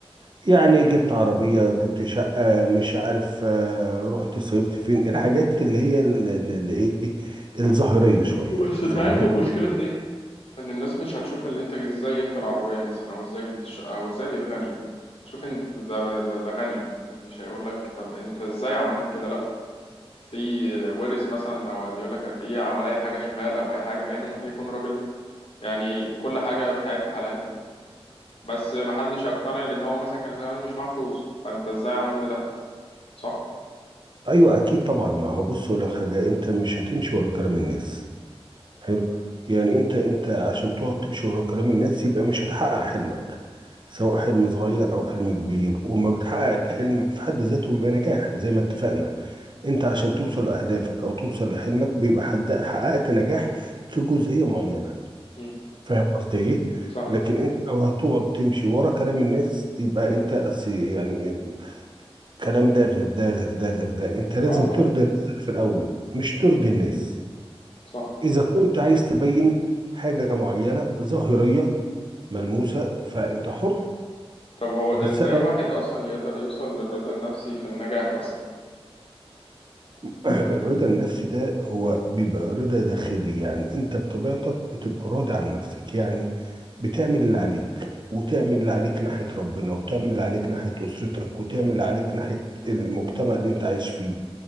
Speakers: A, on the right; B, on the left.
A: يعني جبت عربية جبت شقة مش عارف آه، رحت صيفت فين الحاجات اللي هي اللي ايه الظاهرية شوية
B: بس تعرفوا
A: فاهمني
B: المشكلة في ايه ان الناس مش هتشوف اللي انت ازاي جبت العربية مثلا او ازاي جبت الشقة او ازاي بقيت غني شوف انت ده ده, ده غني مش هيقول لك طب انت ازاي عملت كده لا تلاقيه ورث مثلا او يقول لك هتلاقيه عمل اي حاجة شمال او اي حاجة مع انه ممكن يكون راجل يعني كل حاجة في حياته حلال بس محدش يقتنع لأن هو مثلا كان زمان مش معاه فلوس فأنت إزاي عملت ده صح؟
A: ايوه اكيد طبعا ما هو بص اقول لك حاجة انت مش هتمشي ورا كلام الناس حلو يعني انت انت عشان تقعد تمشي ورا كلام الناس يبقى مش هتحقق حلمك سواء
B: مم.
A: حلم صغير او حلم كبير وما بتحقق الحلم في حد ذاته بيبقى نجاح زي ما اتفقنا انت عشان توصل لاهدافك او توصل لحلمك بيبقى حد حققت نجاح في جزئية معينة
B: مم.
A: فاهم قصدي ايه
B: صح
A: لكن انت لو هتقعد تمشي ورا كلام الناس يبقى انت أس- يعني كلام ده غير ده غير ده غير ده انت لازم
B: اه طبعا
A: ترضي نفسك في الاول مش ترضي الناس
B: صح
A: إذا كنت عايز تبين حاجة معينة ظاهرية ملموسة فأنت حر
B: طب هو إزاي
A: بس أنا
B: واحد أصلا يقدر يوصل للرضا النفسي في النجاح مثلا؟
A: <clears throat> الرضا النفسي ده هو بيبقى رضا داخلي يعني أنت بطبيعتك بتبقى راضي عن نفسك يعني بتعمل اللي عليك وتعمل اللي عليك ناحية ربنا وتعمل اللي عليك ناحية أسرتك وتعمل اللي عليك ناحية المجتمع اللي أنت عايش فيه